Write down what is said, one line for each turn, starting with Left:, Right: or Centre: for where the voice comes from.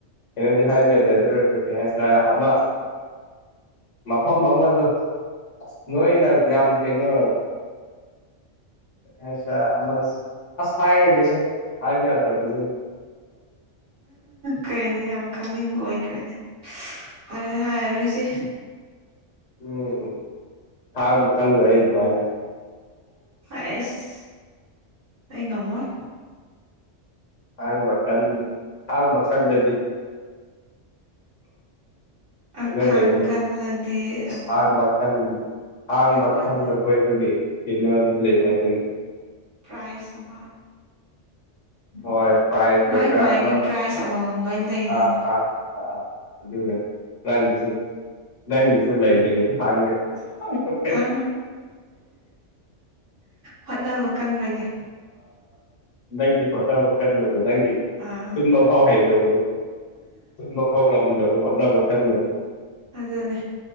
Left: ꯀꯩꯅꯣꯗꯤ ꯍꯥꯏꯕ ꯌꯥꯗꯦ ꯑꯗꯨꯑꯣꯏꯁꯨ ꯀꯩꯅꯣ ꯑꯃ ꯃꯐꯝ ꯑꯃꯗꯣ ꯅꯣꯏꯅ ꯌꯥꯝ ꯀꯩꯅꯣ <unintelligible> ꯍꯥꯏꯕ ꯌꯥꯗꯕꯅꯅꯤ
Right: ꯀꯩꯅꯣ ꯌꯥꯝ ꯈꯪꯅꯤꯡꯕ ꯑꯣꯏꯈ꯭ꯔꯦꯅꯦ ꯐꯔꯦ ꯍꯥꯏꯔꯔꯣꯏꯁꯤ
Left: ꯎꯝ ꯎꯝ ꯈꯥꯡꯕ ꯀꯜꯂꯨ ꯑꯩ ꯑꯗꯨꯃꯥꯏꯅ
Right: ꯑꯩꯁ ꯑꯩ ꯉꯝꯃꯣꯏ
Left: ꯈꯥꯡꯕ ꯀꯟ ꯈꯥꯡꯕ ꯀꯜꯂꯗꯤ ꯀꯩꯅꯣ
Right: ꯑꯈꯥꯡ
Left: ꯂꯩꯕꯅꯦꯅ
Right: ꯀꯜꯂꯗꯤ ꯑꯗꯨꯝ
Left: ꯁꯥꯥꯡꯕꯀꯟ ꯈꯥꯡꯕ
Right: ꯀꯩꯅꯣꯝ ꯍꯥꯏꯕꯅꯦ
Left: ꯀꯟꯕ ꯀꯣꯏꯕꯒꯤ ꯀꯩꯅꯣꯗꯤ ꯂꯩ ꯍꯥꯏꯕꯅꯤ
Right: ꯄ꯭ꯔꯥꯏꯖ ꯑꯃ
Left: ꯍꯣꯏ ꯄ꯭ꯔꯥꯏꯖ
Right: ꯃꯥꯏ
Left: ꯑꯣꯏꯒꯦꯔ
Right: ꯃꯥꯏꯒꯤ
Left: ꯑꯃ
Right: ꯄ꯭ꯔꯥꯏꯖ ꯑꯃꯃꯝ ꯂꯣꯏ ꯂꯩꯔꯤꯅꯤꯅꯦ
Left: ꯑꯥ ꯑꯥ ꯑ ꯑꯗꯨꯅꯦ ꯅꯪꯒꯤꯁꯨ ꯅꯪꯒꯤꯁꯨ ꯂꯩꯗꯣꯏꯅꯤ <unintelligible>
Right: ꯈꯪ ꯍꯣꯠꯅꯕ ꯀꯟꯕꯒꯤ
Left: ꯅꯪꯗꯤ ꯍꯣꯠꯅꯕ ꯀꯟꯕꯗꯣ ꯅꯪꯗꯤ
Right: ꯑꯥ
Left: ꯇꯨꯝꯕ ꯐꯥꯎ ꯍꯩꯇꯕꯗꯣ ꯇꯨꯝꯕꯐꯥꯎ ꯉꯝꯗꯕ ꯍꯣꯠꯅꯕ ꯀꯟꯕꯗꯣ
Right: ꯑꯗꯨꯅꯦ